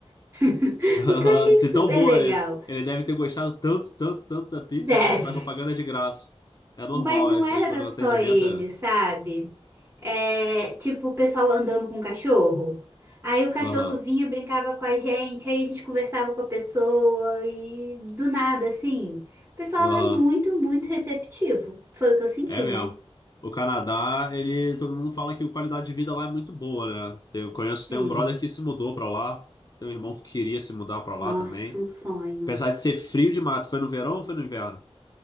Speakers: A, on the right (about 25°); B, on the left (about 40°).
A: <laughs>
B: <laughs> Aham.
A: o que eu achei
B: Ser
A: super
B: tão boa,
A: legal.
B: né? Ele deve ter gostado tanto, tanto, tanto da pizza,
A: Deve.
B: né? Que faz propaganda de graça. É normal
A: Mas não
B: essa
A: era
B: aí, quando
A: só
B: o atendimento
A: ele,
B: é.
A: sabe? É, tipo, o pessoal andando com o cachorro. Aí o cachorro
B: Aham.
A: vinha, brincava com a gente, aí a gente conversava com a pessoa e do nada, assim. O pessoal
B: Aham,
A: é muito, muito receptivo. Foi o que eu senti,
B: É mesmo.
A: né?
B: O Canadá, ele, todo mundo fala que a qualidade de vida lá é muito boa, né? Tem- Eu conheço,
A: Sim.
B: tem um brother que se mudou pra lá, tem um irmão que queria se mudar pra
A: Nossa,
B: lá também.
A: um sonho.
B: Apesar de ser frio de mato, foi no verão ou foi no inverno?